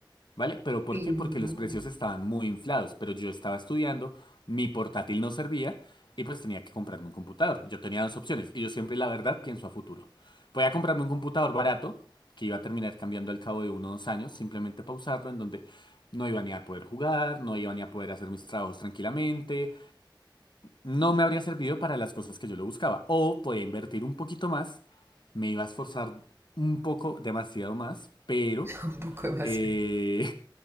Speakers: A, on the left (about 65°); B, on the right (about 30°).
A: ¿Vale? ¿Pero por
B: Uy,
A: qué? Porque
B: no,
A: los precios
B: <laughs>
A: estaban muy inflados, pero yo estaba estudiando, mi portátil no servía y pues tenía que comprarme un computador. Yo tenía dos opciones y yo siempre, la verdad, pienso a futuro. Voy a comprarme un computador barato, que iba a terminar cambiando al cabo de uno o dos años, simplemente pausarlo, en donde no iba ni a poder jugar, no iba ni a poder hacer mis trabajos tranquilamente no me habría servido para las cosas que yo lo buscaba. O podía invertir un poquito más, me iba a esforzar un poco, demasiado más, pero,
B: un demasiado.
A: eh,